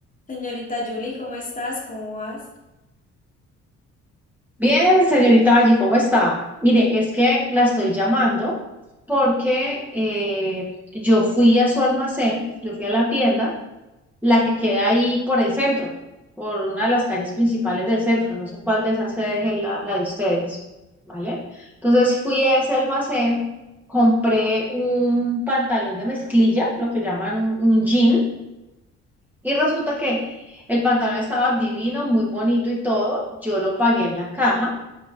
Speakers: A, on the left; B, in the centre.
A: Señorita Julie, ¿cómo estás? ¿Cómo vas?
B: Bien, señorita Allí, ¿cómo está? Mire, es que la estoy llamando porque eh, yo fui a su almacén, yo fui a la tienda, la que queda ahí por el centro, por una de las calles principales del centro, no sé cuál de esas sedes es la, la de ustedes, ¿vale? Entonces fui a ese almacén, compré un pantalón de mezclilla, lo que llaman un, un jean, y resulta que el pantalón estaba divino, muy bonito y todo, yo lo pagué en la caja.